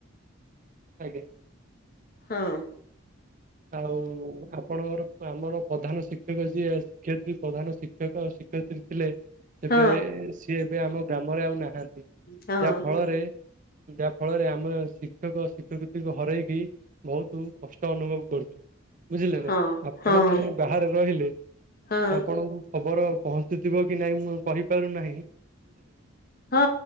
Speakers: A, on the right (about 40°); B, on the left (about 45°).
A: ଆଜ୍ଞା।
B: ହଁ।
A: ଆଉ ଆପଣଙ୍କର, ଆମର ପ୍ରଧାନ ଶିକ୍ଷକ ଯିଏ ଶିକ୍ଷୟତ୍ରୀ ପ୍ରଧାନ ଶିକ୍ଷକ ଶିକ୍ଷୟତ୍ରୀ ଥିଲେ ତେବେ
B: ହଁ
A: ସିଏ ଏବେ ଆମ ଗ୍ରାମରେ ଆଉ ନାହାନ୍ତି।
B: ହଁ
A: ଯାହା ଫଳରେ ଯାହା ଫଳରେ, ଆମେ ଶିକ୍ଷକ ଶିକ୍ଷୟିତ୍ରୀଙ୍କୁ ହରାଇକି ବୋହୁତୁ କଷ୍ଟ ଅନୁଭବ ବୁଝିଲେ
B: ହଁ
A: ନା? ଆପଣ
B: ହଁ
A: ତ ଯାଇ ବାହାରେ ରହିଲେ।
B: ହଁ
A: ଆ ଆପଣଙ୍କୁ ଖବର ପହଞ୍ଚୁଥିବ କି ନାଇଁ ମୁଁ ଆଉ କହିପାରୁ ନାହିଁ।
B: ହଁ